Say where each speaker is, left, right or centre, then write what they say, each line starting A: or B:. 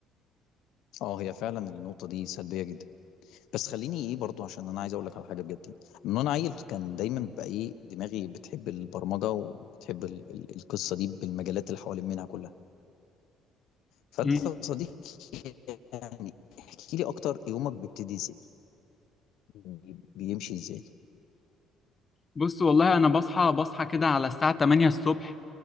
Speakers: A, on the left; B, on the left.
A: اه هي فعلا النقطه دي سلبيه جدا بس خليني ايه برضو عشان انا عايز اقول لك على حاجه بجد يعني من وانا عيل كان دايما بقى ايه دماغي بتحب البرمجه وبتحب ال ال القصه دي بالمجالات اللي حوالين منها كلها فانت
B: مم.
A: يا صديقي يعني احكي لي اكتر يومك بيبتدي ازاي بي- بيمشي ازاي
B: بص والله انا بصحى بصحى كده على الساعة 8 الصبح